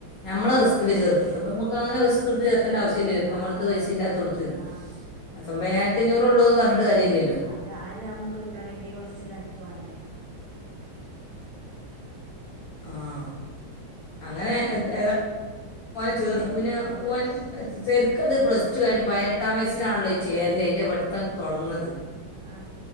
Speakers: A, on the left; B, on the right.
A: നമ്മള
B: ആഹ്
A: റിസ്ക്ല് ചേർതി അപ്പ നമകങ്ങന റിസ്ക്ട്തി എത്തേണ്ട ആവശ്യമില്ലല്ലോ ഇപ്പം
B: ആ
A: നമ്മുടെ അടുത്ത്
B: അതന്നെ
A: പൈസ ഇല്ലാത്തോടത്ത്
B: ആ
A: പതൊമ്പപതിനായിരത്തി അഞ്ഞൂറ് ഉള്ളൂ എന്ന് പറഞ്ഞിട്ട് കാര്യല്ലല്ലോ
B: അതെ അതെന്നെ നമ്മുക്ക് കിട്ടണെങ്കി കുറച്ച് നയ്പ്പ് വാണ്ടേ
A: ആഹ് അങ്ങനെ ഏതാ ഓന് ചേർന്ന് അത് പിന്നെ
B: ഏ
A: ഓ ശരിക്ക അത് പ്ലസ് ടു കഴിഞ്ഞിട്ട് പതിനെട്ടാം വയസ്സിലാണല്ലോ ചേരല് അതിൻ്റെ പഠിത്തം തുടങ്ങുന്നത്
B: ആ